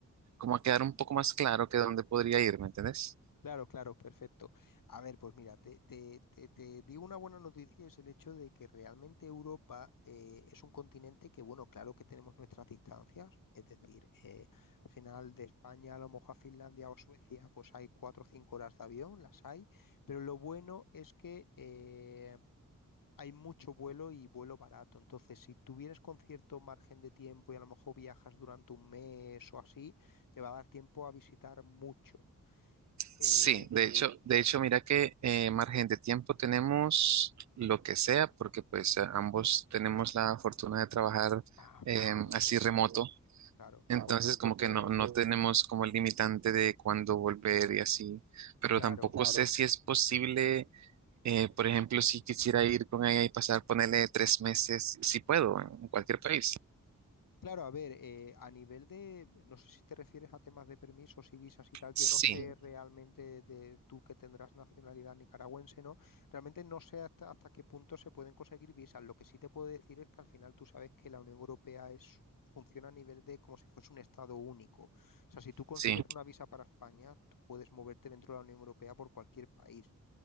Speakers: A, on the right; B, on the left.
A: como a quedar un poco más claro que dónde podría ir, ¿me entendés?
B: claro, claro, perfecto. A ver, pues mira, te, te, te, te digo una buena noticia, es el hecho de que realmente Europa eh, es un continente que, bueno, claro que tenemos nuestras distancias, es decir, eh, al final de España a lo mejor a Finlandia o Suecia, pues hay cuatro o cinco horas de avión, las hay, pero lo bueno es que eh, hay mucho vuelo y vuelo barato. Entonces, si tuvieras con cierto margen de tiempo y a lo mejor viajas durante un mes o así, te va a dar tiempo a visitar mucho. Eh,
A: Sí, de hecho, Sí, de hecho, mira que eh, margen de tiempo tenemos lo que sea, porque pues a- ambos tenemos la fortuna de trabajar
B: ah,
A: eh,
B: pues entonces,
A: así remoto.
B: claro,
A: Entonces,
B: pues entonces,
A: como que no, no tenemos como el limitante de cuándo volver y así, pero
B: claro.
A: tampoco sé Claro. si es posible, eh, por ejemplo, si quisiera ir con ella y pasar, ponerle tres meses, si puedo, en cualquier país.
B: Claro, a ver, eh, a nivel de, no sé si te refieres a temas de permisos y visas y tal, yo
A: Sí,
B: no sé realmente de tú que tendrás nacionalidad nicaragüense, ¿no? Realmente no sé hasta, hasta qué punto se pueden conseguir visas. Lo que sí te puedo decir es que al final tú sabes que la Unión Europea es, funciona a nivel de como si fuese un estado único. O sea, si tú consigues
A: sí,
B: una visa para España, tú puedes moverte dentro de la Unión Europea por cualquier país.